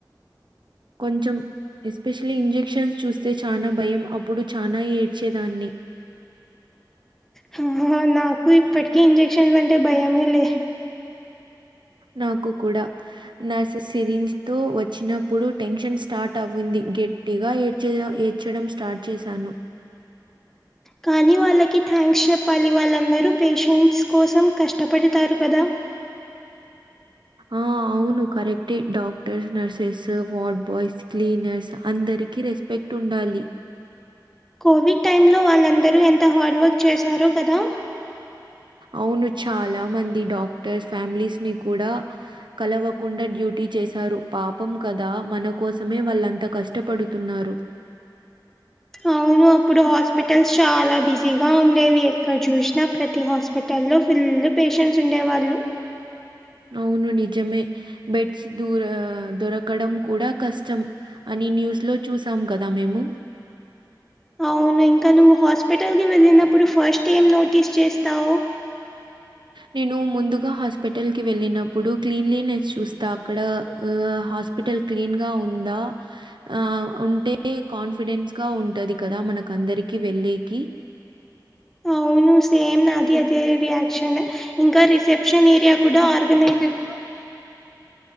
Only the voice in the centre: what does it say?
హమ్మో నాకు ఇప్పటికీ ఇంజెక్షన్స్ అంటే భయమే లే.
కానీ వాళ్ళకి థ్యాంక్స్ చెప్పాలి, వాళ్ళందరూ పేషెంట్స్ కోసం కష్టపడతారు కదా?
కోవిడ్ టైం లో వాళ్ళందరూ ఎంత హార్డ్ వర్క్ చేశారో కదా!
అవును అప్పుడు హాస్పిటల్స్ చాలా బిజీగా ఉండేవి, ఎక్కడ చూసినా ప్రతి హాస్పిటల్ లొ. లో ఫుల్ పేషెన్స్ ఉండే వాళ్ళు
అవును ఇంకా, నువ్వు హాస్పిటల్కి వెళ్ళినప్పుడు ఫస్ట్ ఏం నోటీస్ చేస్తావు?
అవు ను సేమ్ నాది అదే రియాక్షనే ఇంకా రిసెప్షన్ ఏరియా కూడా ఆర్గనైజడ్ గా ఉండాలి.